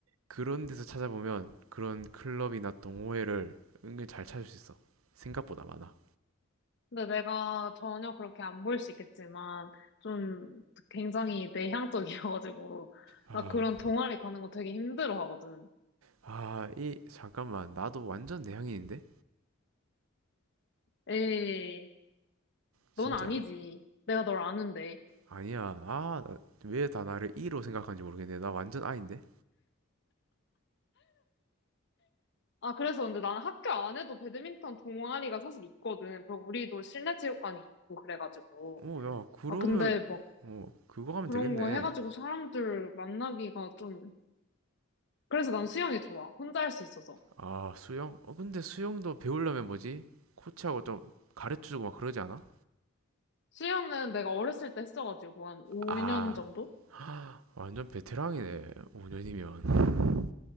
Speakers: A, on the right; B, on the left.
A: 그런 데서 찾아보면 그런 클럽이나 동호회를 은근 잘 찾을 수 있어. 생각보다 많아.
B: 근데 내가 전혀 그렇게 안 보일 수 있겠지만, 좀 굉장히 내향적이어가지고,
A: 아,
B: 나 그런 동아리 가는 거 되게 힘들어 하거든.
A: 아, 이, 잠깐만. 나도 완전 내향인인데?
B: 에이,
A: 진짜.
B: 넌 아니지. 내가 널 아는데.
A: 아니야. 아, 왜 다 나를 이로 생각하는지 모르겠네. 나 완전 아인데?
B: 아, 그래서 근데 나는 학교 안에도 배드민턴 동아리가 사실 있거든. 그리고 우리도 실내 체육관이 있고 그래가지고.
A: 어, 야, 그러면,
B: 아, 근데 막
A: 어, 그거 하면
B: 그런
A: 되겠네.
B: 거 해가지고 사람들 만나기가 좀, 그래서 난 수영이 좋아. 혼자 할 수 있어서.
A: 아, 수영? 어, 근데 수영도 배우려면 뭐지? 코치하고 좀 가르쳐주고 막 그러지 않아?
B: 수영은 내가 어렸을 때 했어가지고 한 5년
A: 아,
B: 정도?
A: 완전 베테랑이네. 5년이면.